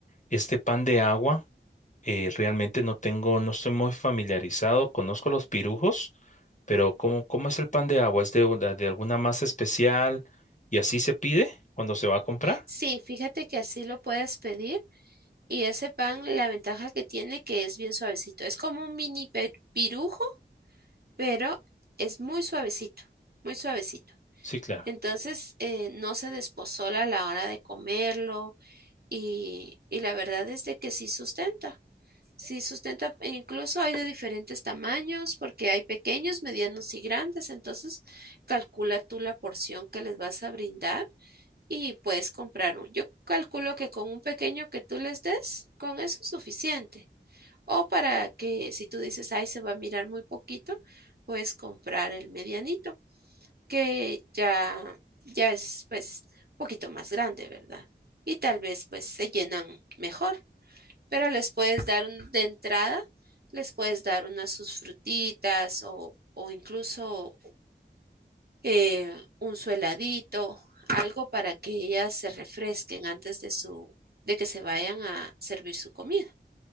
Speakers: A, on the left (about 40°); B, on the right (about 55°).
A: este pan de agua, eh, realmente no tengo, no estoy muy familiarizado, conozco los pirujos, pero ¿cómo, cómo es el pan de agua? ¿Es de, una- de alguna masa especial y así se pide cuando se va a comprar?
B: Sí, fíjate que así lo puedes pedir. Y ese pan, la ventaja que tiene que es bien suavecito. Es como un mini pe- pirujo, pero es muy suavecito, muy suavecito.
A: Sí, claro,
B: Entonces, eh, no se despozola a la hora de comerlo y, y la verdad es de que sí sustenta. Sí sustenta, e incluso hay de diferentes tamaños porque hay pequeños, medianos y grandes. Entonces, calcula tú la porción que les vas a brindar y puedes comprar. un- Yo calculo que con un pequeño que tú les des, con eso es suficiente. O para que si tú dices, ay, se va a mirar muy poquito, puedes comprar el medianito, que ya, ya es pues un poquito más grande, ¿verdad? Y tal vez pues se llenan mejor, pero les puedes dar un- de entrada, les puedes dar unas sus frutitas o, o incluso eh, un su heladito, algo para que ellas se refresquen antes de su, de que se vayan a servir su comida.